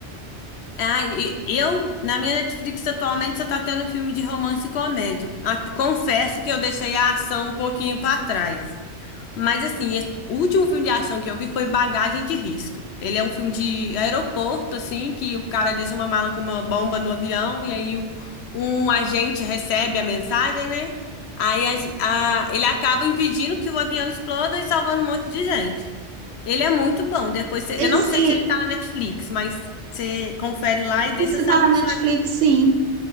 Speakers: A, on the left; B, on the right.
A: Ah, e- eu, na minha Netflix atualmente, só tá tendo filme de romance e comédia. Ah, Confesso que eu deixei a ação um pouquinho pra trás. Mas assim, esse- o último filme de ação que eu vi foi Bagagem de Risco. Ele é um filme de aeroporto, assim, que o cara deixa uma mala com uma bomba no avião e aí o- um agente recebe a mensagem, né? Aí a- a- ele acaba impedindo que o avião exploda e salvando um monte de gente. Ele é muito bom. Depois você-
B: Esse,
A: eu não sei se ele tá na Netflix, mas você confere lá e deixa
B: esse
A: salvo
B: tá na
A: no
B: Netflix,
A: seu.
B: sim.